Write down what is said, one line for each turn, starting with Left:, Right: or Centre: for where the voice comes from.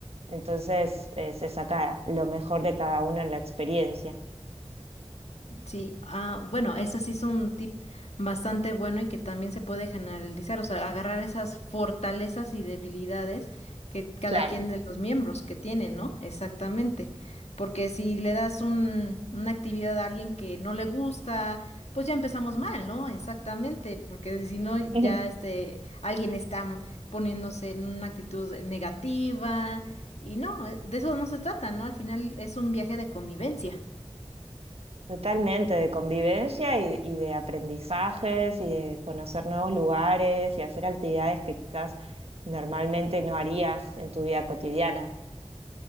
Right: entonces eh, se saca lo mejor de cada uno en la experiencia.
Left: Sí, ah, bueno, eso sí es un tip bastante bueno y que también se puede generalizar, o sea, agarrar esas fortalezas y debilidades que cada
Right: Claro.
Left: quien de los miembros que tiene, ¿no? Exactamente, porque si le das un, una actividad a alguien que no le gusta, pues ya empezamos mal, ¿no? Exactamente, porque si no, ya
Right: <laughs>
Left: este, alguien está poniéndose en una actitud negativa y no, de eso no se trata, ¿no? Al final es un viaje de convivencia.
Right: Totalmente, de convivencia y, y de aprendizajes y de conocer nuevos lugares y hacer actividades que quizás normalmente no harías en tu vida cotidiana.